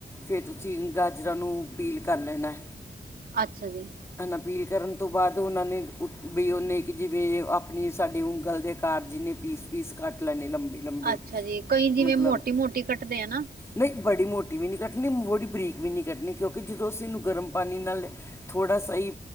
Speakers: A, on the left; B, on the right.
A: ਫਿਰ ਤੁਸੀਂ ਗਾਜਰਾਂ ਨੂੰ ਪੀਲ ਕਰ ਲੈਣਾ
B: ਅੱਛਾ ਜੀ
A: ਹਨ ਅਪੀਲ ਕਰਨ ਤੋਂ ਬਾਅਦ ਉਹਨਾਂ ਨੇ ਵੀ ਉਹਨੇ ਕਿ ਜਿਵੇ ਆਪਣੀ ਸਾਡੀ ਉਂਗਲ ਦੇ ਕਾਰ ਜਿੰਨੇ ਪੀਸ ਪੀਸ ਕੱਟ ਲੈਣੇ ਲੰਬੇ ਲੰਬੇ
B: ਅੱਛਾ ਜੀ ਕਈ ਜਿਵੇਂ
A: ਮਤਲਬ
B: ਮੋਟੀ ਮੋਟੀ ਕੱਟਦੇ ਆ ਨਾ
A: ਨਹੀਂ ਬੜੀ ਮੋਟੀ ਵੀ ਨਹੀਂ ਕੱਟਣੀ ਬੜੀ ਬਰੀਕ ਵੀ ਨਹੀਂ ਕੱਟਣੀ ਕਿਉਂਕਿ ਜਦੋਂ ਅਸੀਂਨੂੰ ਗਰਮ ਪਾਣੀ ਨਾਲ ਲੈ, ੋੜਾ ਸਹੀ